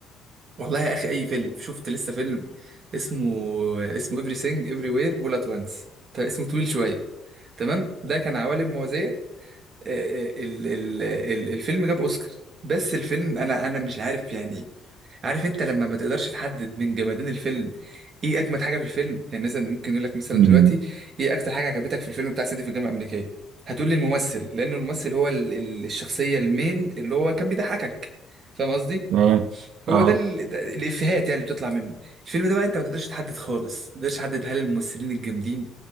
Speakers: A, on the right; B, on the right.
A: والله يا اخي اي فيلم شفت لسه فيلم اسمه اسمه everything everywhere all at once ده اسمه طويل شوية تمام ده كان عوالم موازية آه، آه، ال- ال- ال- الفيلم جاب اوسكار بس الفيلم انا انا مش عارف يعني عارف انت لما ما تقدرش تحدد من جمادين الفيلم ايه اجمد حاجه في الفيلم يعني مثلا ممكن يقول لك مثلا
B: <laughs>
A: دلوقتي
B: <laughs> <laughs>
A: ايه اكتر حاجه عجبتك في الفيلم بتاع سيدي في الجامعه الامريكيه هتقول لي الممثل لان الممثل هو ال- ال- الشخصيه المين اللي هو كان بيضحكك فاهم قصدي
B: تمام
A: هو
B: اه
A: ده ال- ده الافيهات يعني اللي بتطلع منه الفيلم ده بقى انت ما تقدرش تحدد خالص ما تقدرش تحدد هل الممثلين الجامدين